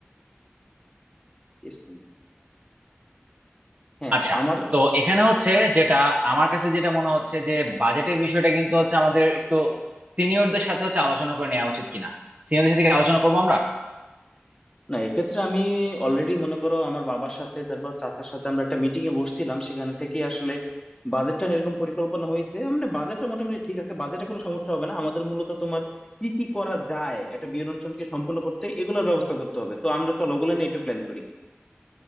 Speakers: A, on the left; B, on the right.
A: এস্টিমেট হ্যাঁ
B: আচ্ছা
A: আমার
B: তো এখানে হচ্ছে যেটা আমার কাছে যেটা মনে হচ্ছে যে বাজেটের বিষয়টা কিন্তু হচ্ছে আমাদের একটু সিনিয়রদের সাথে হচ্ছে আলোচনা করে নেওয়া উচিত কিনা সিনিয়রদের সাথে কি আলোচনা করবো আমরা
A: না এক্ষেত্রে আমি অলরেডি মনে করো আমার বাবার সাথে তারপর চাচার সাথে আমরা একটা মিটিং এ বসছিলাম সেখান থেকে আসলে বাজেটটা এরকম পরিকল্পনা হয়েছে মানে বাজেটটা মোটামুটি ঠিক আছে বাজেটে কোনো সমস্যা হবে না আমাদের মূলত তোমার কি কি করা যায় একটা বিয়ে অনুষ্ঠানকে সম্পূর্ণ করতে এগুলোর ব্যবস্থা করতে হবে তো আমরা চলো ওগুলো নিয়ে একটু প্ল্যান করি